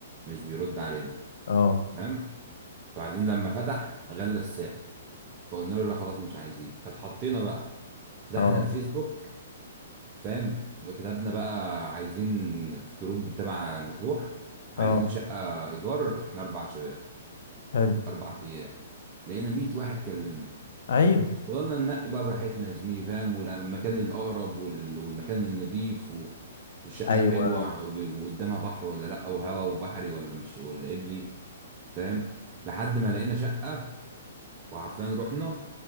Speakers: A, on the right; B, on the left.
A: مش بيرد علينا
B: اه
A: فاهم وبعدين لما فتح غلى السعر فقلنا له لا خلاص مش عايزين فتحطينا بقى فتحنا
B: اه
A: الفيسبوك فاهم فكتبنا بقى عايزين في جروب تبع مطروح عايزين
B: اه
A: شقة إيجار إحنا أربع شباب
B: حلو
A: أربع أيام لقينا 100 واحد كلمنا
B: ايوه
A: فضلنا ننقي بقى براحتنا يا زميلي فاهم والمكان الأقرب وال- والمكان النضيف و... والشقة
B: ايوه
A: الحلوة و- وقدامها بحر ولا لأ وهوا وبحري ولا مش ولا قبلي فاهم لحد ما لقينا شقة وعارفين رحنا